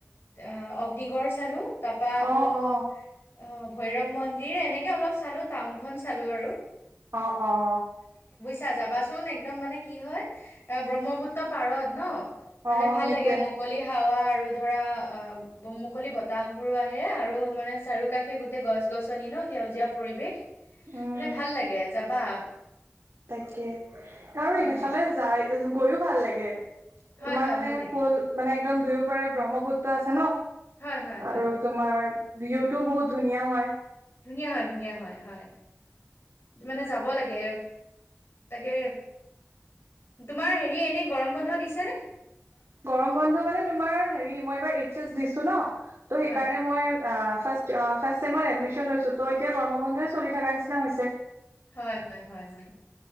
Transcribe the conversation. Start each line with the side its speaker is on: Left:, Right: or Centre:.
Left: অ অগ গ্নিগড় চালো তাৰপা আকৌ
Right: অ অ
Left: অ ভৈৰৱ মন্দিৰ এনেকে অলপ চালো। টাউনখন চালো আৰু।
Right: অ' অ'।
Left: ছা যাবাচোন একদম মানে কি হয় অ ব্ৰহ্মপুত্ৰ পাৰত ন মানে
Right: অ
Left: ভাল
Right: সেইটোৱে
Left: লাগে মুকলি হাৱা আৰু ধৰা অ মুকলি বতাহ বোৰো আহে আৰু মানে চাৰিও কাষে গোটেই গছ গছনি ন সেউজীয়া পৰিৱেশ
Right: উম
Left: মানে ভাল লাগে যাবা।
Right: তাকে, আৰু
Left: সেইটোৱে
Right: সেইফালে যাই গৈও ভাল লাগে।
Left: হয়
Right: তোমাৰ
Left: হয়
Right: মানে
Left: ভাল লাগে
Right: ফুল মানে একদম দুয়ো পাৰে ব্ৰহ্মপুত্ৰ আছে ন
Left: হয় হয় হয়
Right: আৰু তোমাৰ ভিউটোও বহুত ধুনীয়া হয়।
Left: ধুনীয়া হয় ধুনীয়া হয় হয়। মানে যাব লাগে। তাকে তোমাৰ হেৰি এনে গৰম বন্ধ দিছেনে?
Right: গৰম বন্ধ মানে তোমাৰ হেৰি মই এইবাৰ এইচ এচ দিছো ন ত' সেইকাৰণে
Left: হয়
Right: মই অ ফাষ্ট জ - ফাষ্ট চেমত এডমিচন লৈছো ত' এতিয়া গৰমৰ বন্ধই চলি থাকা নিচিনা হৈছে।
Left: হয় হয় হয় হয়।